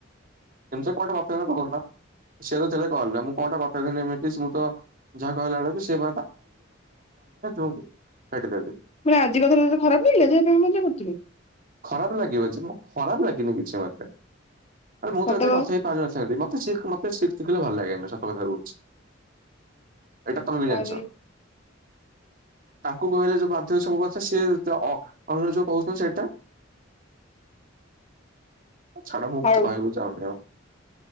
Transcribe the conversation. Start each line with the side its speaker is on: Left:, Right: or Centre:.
Right: ଏମିତି କଣଟା ଗପିବି କହୁନା? ସେ ତ ଥିଲେ କଲ୍ ରେ ମୁଁ କଣଟା ଗପିବିନି ଏମିତି ସ୍ମୁ ତ ଯାହା କହିଲା ବେଳକୁ ସେ <unintelligible> କାଟିଦେଲି।
Left: ମୁଁ କହିଲି ଆଜିିକ <unintelligible> ଖରାପ ହେଇ ଗଲି ମଜା କରୁଥିଲି।
Right: ଖରାପ ଲାଗିବ ଯେ, ମୁଁ ଖରାପ ଲାଗିନି କିଛି ମତେ। ଆରେ ମୁଁ
Left: ସତ
Right: ତ ଏଥିରେ
Left: କହ
Right: କଥା ହେଇ ପାରିନଥାନ୍ତି। ମତେ ଶିଖ ମତେ ଶିଖ ଦେଖେଇଲେ ଭଲ ଲାଗେନା ସତ କଥା କହୁଛି। ଏଇଟା ତୁମେ ବି ଜାଣିଛ।
Left: ଆରେ
Right: ତାଙ୍କୁ କହିଲେ ଯୋଉ ବାଧ୍ୟ ସବୁ କଥା, ସେ ଅ ଅନ୍ୟ ଯୋଉ କହୁଛନ୍ତି ସେଇଟା? ଛାଡ ମୁଁ
Left: ହଉ
Right: କିଛି କହିବାକୁ ଚାହୁଁନି ଆଉ।